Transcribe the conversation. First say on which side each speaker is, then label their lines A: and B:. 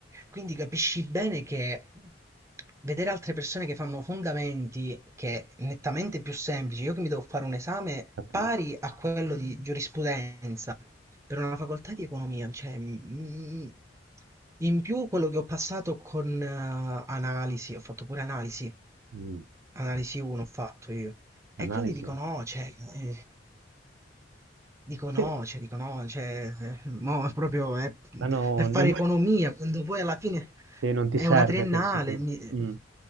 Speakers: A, on the right; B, on the right.
A: Quindi capisci bene che vedere altre persone che fanno fondamenti che è nettamente più semplici, io che mi devo fare un esame
B: capi
A: pari a quello di giurisprudenza, per una facoltà di economia, cioè, mm, mm, in più quello che ho passato con eh, analisi, ho fatto pure analisi,
B: mh,
A: analisi 1 ho fatto io, e
B: analisi.
A: quindi dico no, cioè, eh, dico no,
B: Sì,
A: cioè, dico no, cioè, eh, mo proprio eh,
B: ma no,
A: per fare
B: non
A: economia, quando poi alla fine
B: sì, non ti
A: è
B: serve,
A: una triennale,
B: pensi tu.
A: mi-
B: Mh.